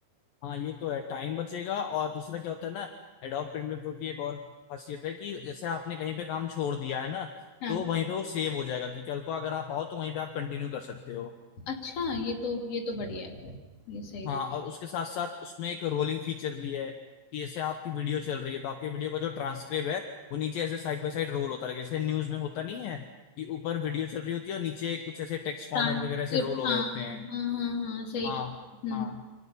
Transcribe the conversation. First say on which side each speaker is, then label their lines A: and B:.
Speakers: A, on the left (about 70°); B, on the left (about 40°).
A: हाँ ये तो है टाइम बचेगा और दूसरा क्या होता है ना एडोब प्रीमियर प्रो की एक और खासियत है कि जैसे आपने कहीं पे काम छोड़ दिया है ना
B: हाँ
A: तो वहीं पे वो सेव हो जाएगा कि कल को अगर आप आओ तो वहीं पे आप कंटिन्यू कर सकते हो
B: अच्छा ये तो ये तो बढ़िया है फिर ये सही रहेगा
A: हाँ और उसके साथ साथ उसमें एक रोलिंग फीचर भी है कि जैसे आपकी वीडियो चल रही है तो आपकी वीडियो का जो ट्रांसक्रिप्ट है वो नीचे ऐसे साइड बाय साइड रोल होता रहेगा जैसे न्यूज में होता नहीं है कि ऊपर वीडियो चल रही होती है और नीचे कुछ ऐसे टेक्स्ट फॉर्मेट
B: ट्रांसक्रिप्ट
A: वगैरह से रोल हो
B: हाँ
A: रहे होते हैं
B: हाँ हाँ हाँ सही
A: हाँ
B: हम्म
A: हाँ